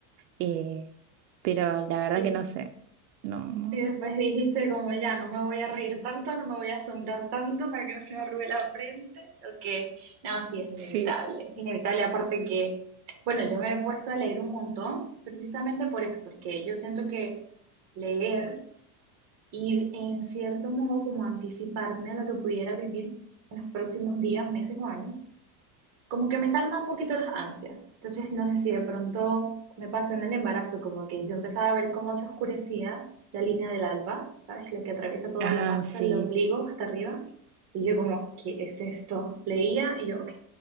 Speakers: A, on the right (about 75°); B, on the right (about 30°).
A: eh, pero la verdad
B: ¿Y,
A: que no sé. No, no.
B: Y después dijiste como ya, no me voy a reír tanto, no me voy a asombrar tanto para que no se me arrugue la frente, o que, no, sí, es inevitable,
A: Sí.
B: es inevitable, aparte que, bueno, yo me he puesto a leer un montón precisamente por eso, porque yo siento que leer y en cierto modo como anticiparme a lo que pudiera vivir en los próximos días, meses o años, como que me calma un poquito las ansias. Entonces, no sé si de pronto me pasó en el embarazo, como que yo empezaba a ver cómo se oscurecía la línea del alba, ¿sabes? La que atraviesa toda
A: Ah,
B: la panza,
A: sí,
B: el ombligo hasta arriba. Y yo como, ¿qué es esto? Leía y yo, ok,